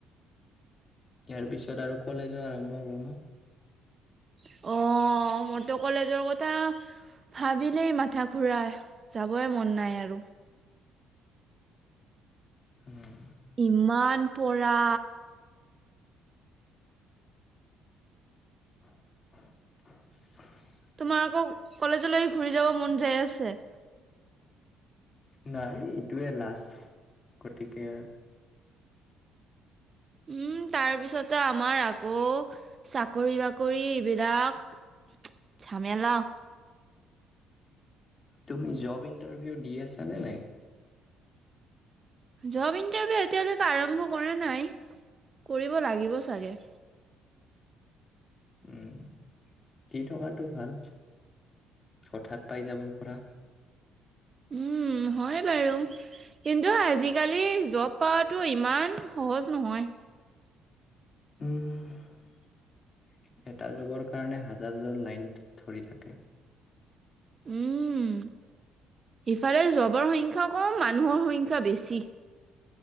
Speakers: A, on the left; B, on the right.
A: ইয়াৰ পিছত আৰু কলেজো আৰম্ভ হব ন।
B: অ, মোৰ টো কলেজৰ কথা ভাবিলেই মাথা ঘূৰাই যাবই মন নাই আৰু।
A: উম,
B: ইমান পৰা।
A: <inaudible>
B: তোমাৰ আকৌ কলেজলৈ ঘূৰি যাব মন যাই আছে।
A: নাই এইটোয়ে লাষ্ট গতিকে
B: উম, তাৰপিছতে আমাৰ আকৌ চাকৰি বাকৰি এইবিলাক যামেলা।
A: তুমি জব ইণ্টাৰভিউ দি আছা নে নাই?
B: জব ইণ্টাৰভিউ এতিয়ালৈকে আৰম্ভ কৰা নাই কৰিব লাগিব চাগে।
A: উম দি থকাতটো ভাল হঠাৎ পাই যাব পাৰা।
B: উম, হয় বাৰু কিন্তু আজিকালি জব পাৱাটো ইমান সহজ নহয়।
A: এটা জবৰ কাৰণে হাজাৰজন লাইন ধৰি থাকে।
B: উম সিফালে জবৰ সংখ্যা কম মানুহৰ সংখ্যা বেছি